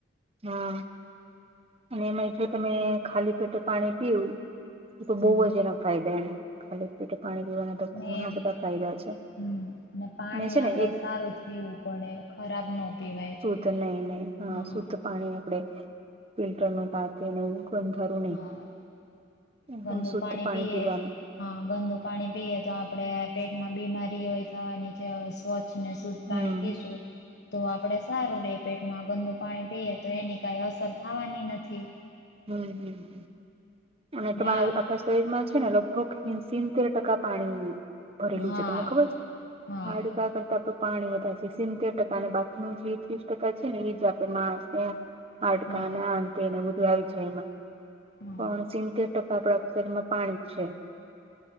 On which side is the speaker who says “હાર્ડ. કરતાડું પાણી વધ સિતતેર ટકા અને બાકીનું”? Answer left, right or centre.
Right